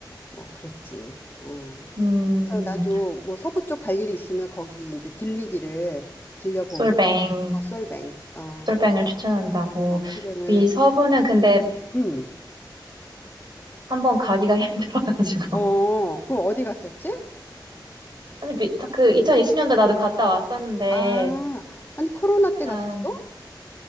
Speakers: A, on the left; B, on the right.
A: 뭐 그랬지. 응.
B: 음,
A: 그래서 나도 뭐 서부 쪽 갈 일이 있으면 거기 이제 들리기를 들려보고
B: 솔뱅,
A: 어, 솔뱅 어,
B: 솔뱅을 추천한다고.
A: 어 출뱅을
B: 미 서부는 근데
A: 음.
B: 한번 가기가 <laughs> 힘들어가지고.
A: 어, 그럼 어디 갔었지?
B: 아니, 미, 저 그 2020년도 나도 갔다 왔었는데,
A: 아, 아니 코로나 때
B: 한
A: 갔었어?